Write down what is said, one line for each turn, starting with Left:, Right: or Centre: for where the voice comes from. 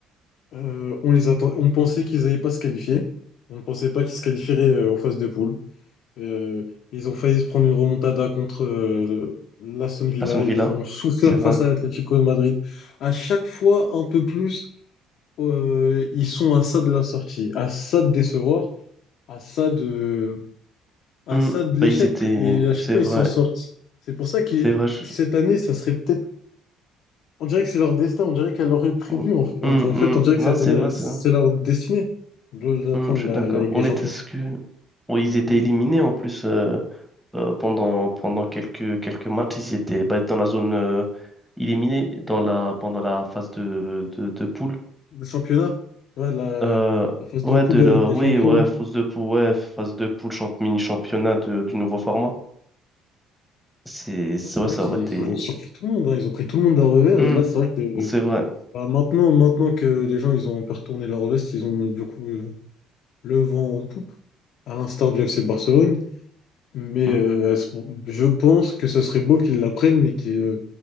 Left: Euh, on les atten- on pensait qu'ils n'allaient pas se qualifier. On ne pensait pas qu'ils se qualifieraient euh, aux phases de poule. Euh, ils ont failli se prendre une remontada contre euh, l'Aston Villa.
Centre: Aston
Left: Ils
Centre: Villa,
Left: ont souffert
Centre: c'est vrai.
Left: face à l'Atlético de Madrid. À chaque fois, un peu plus, euh, ils sont à ça de la sortie, à ça de décevoir, à ça de, à
Centre: Hmm.
Left: ça de l'échec.
Centre: Bah, ils étaient.
Left: Et à chaque
Centre: C'est
Left: fois,
Centre: vrai.
Left: ils s'en sortent. C'est pour ça que
Centre: C'est vrai. je-
Left: cette année, ça serait peut-être on dirait que c'est leur destin, on dirait qu'elle l'aurait prévu.
Centre: Hmm,
Left: En fait,
Centre: hmm.
Left: en en fait, on dirait que
Centre: Non,
Left: cette
Centre: c'est
Left: année, elle-
Centre: vrai, c'est
Left: c'est
Centre: vrai.
Left: leur destinée de de
Centre: Hmm,
Left: prendre
Centre: je suis
Left: la,
Centre: d'accord.
Left: la Ligue
Centre: On
Left: des Champions.
Centre: était ce que. Oui, ils étaient éliminés en plus euh, euh, pendant, pendant quelques, quelques matchs. Ils étaient bah, dans la zone euh, éliminée dans la, pendant la phase de, de, de poule.
Left: Le championnat, ouais, la,
Centre: Euh,
Left: la phase
Centre: ouais,
Left: de poule
Centre: de
Left: de
Centre: la,
Left: la Ligue des
Centre: oui,
Left: Champions.
Centre: ouais, phase de poule, ouais, phase de poule, champ- mini-championnat de- du nouveau format. C'est, c'est-
Left: Ouais, C'est
Centre: ouais,
Left: vrai
Centre: ça
Left: qu'ils
Centre: aurait été.
Left: ils ont surpris tout le monde, hein. Ils ont pris tout le monde à revers.
Centre: Hmm,
Left: Et là, c'est vrai que euh,
Centre: c'est vrai.
Left: bah, maintenant, maintenant que les gens ils ont un peu retourné leur veste, ils ont du coup euh, le vent en poupe, à l'instar du FC Barcelone. Mais
Centre: Hmm,
Left: euh, je pense que ce serait beau qu'ils l'apprennent, mais qu'ils euh,